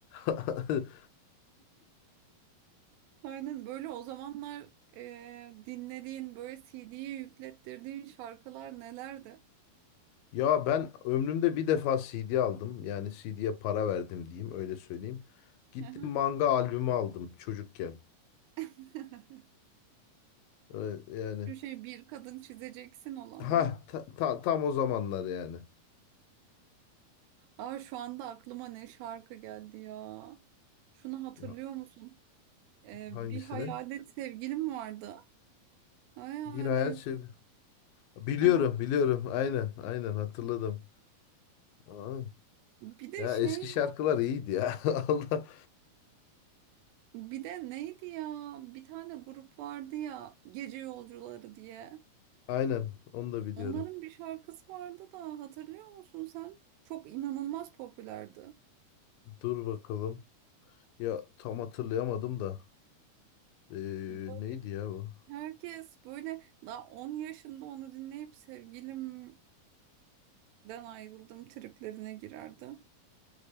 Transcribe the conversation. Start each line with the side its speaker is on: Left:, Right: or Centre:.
Left: <laughs>
Right: Aynen böyle o zamanlar e, dinlediğin böyle CD'ye yüklettirdiğin şarkılar nelerdi?
Left: Ya ben ömrümde bir defa CD aldım. Yani CD'ye para verdim diyeyim öyle söyleyeyim. Gittim
Right: Aha.
Left: manga albümü aldım çocukken.
Right: <laughs>
Left: Ee, Yani
Right: Şu şey bir kadın çizeceksin olan
Left: ha
Right: mı?
Left: tam o zamanlar yani.
Right: Aa şu anda aklıma ne şarkı geldi ya. Şunu hatırlıyor
Left: Ha-
Right: musun? Ee,
Left: Hangisini?
Right: bir hayalet sevgilim vardı. Hayalet.
Left: Bir hayal şey. Biliyorum,
Right: Aha.
Left: biliyorum. Aynen, aynen hatırladım. Aa,
Right: Bir de
Left: ya
Right: şey,
Left: eski şarkılar iyiydi ya. <laughs> Allah.
Right: bir de neydi ya? Bir tane grup vardı ya, Gece Yolcuları diye.
Left: Aynen, onu da biliyorum.
Right: Onların bir şarkısı vardı da hatırlıyor musun sen? Çok inanılmaz popülerdi.
Left: Dur bakalım. Ya tam hatırlayamadım da. Ee,
Right: Böyle
Left: neydi ya bu?
Right: Herkes böyle daha 10 yaşında onu dinleyip sevgilimden ayrıldım triplerine girerdi.